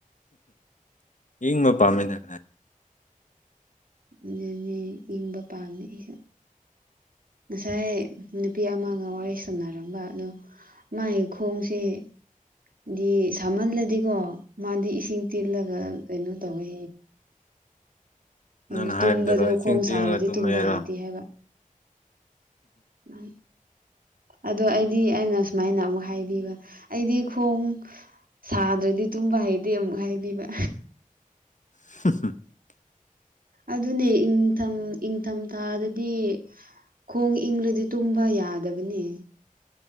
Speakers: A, on the left; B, on the right.
A: ꯏ ꯃ ꯄꯝꯃꯦꯗ
B: ꯑꯗꯨꯅꯦ ꯏꯪꯕ ꯄꯥꯝꯃꯦ ꯑꯩꯁꯨ ꯉꯁꯥꯏ ꯅꯨꯄꯤ ꯑꯃꯒ ꯋꯥꯔꯤ ꯁꯥꯟꯅꯔꯝꯕ ꯑꯗꯣ ꯃꯥꯏ ꯈꯣꯡꯁꯦ ꯍꯥꯏꯗꯤ ꯁꯥꯍꯜꯂꯗꯤꯀꯣ ꯃꯥꯗꯤ ꯏꯁꯤꯡ ꯇꯦꯜꯂꯒ ꯀꯩꯅꯣ ꯇꯧꯋꯦ
A: <unintelligible> ꯅꯪꯅ
B: ꯑꯗꯨ
A: ꯍꯥꯏꯕꯗꯨꯔꯣ
B: ꯇꯨꯝꯕꯗꯣ
A: ꯏꯆꯤꯡ
B: ꯈꯣꯡ
A: ꯆꯤꯡꯉꯒ
B: ꯁꯥꯔꯗꯤ
A: ꯇꯨꯝꯃꯦ
B: ꯇꯨꯝꯕ
A: ꯍꯥꯏꯔꯣ
B: ꯍꯩꯇꯦ ꯍꯥꯏꯕ ꯎꯝ ꯑꯗꯣ ꯑꯩꯗꯤ ꯑꯩꯅ ꯁꯨꯃꯥꯏꯅ ꯑꯃꯨꯛ ꯍꯥꯏꯕꯤꯕ ꯑꯩꯗꯤ ꯈꯣꯡ ꯁꯥꯗ꯭ꯔꯗꯤ ꯇꯨꯝꯕ ꯍꯩꯗꯤꯦ ꯑꯃꯨꯛ ꯍꯥꯏꯕꯤꯕ
A: <unintelligible>
B: ꯑꯗꯨꯅꯦ ꯏꯪꯊꯝ ꯏꯪꯊꯝꯊꯥꯗꯗꯤ ꯈꯣꯡ ꯏꯪꯪꯂꯗꯤ ꯇꯨꯝꯕ ꯌꯥꯗꯕꯅꯦ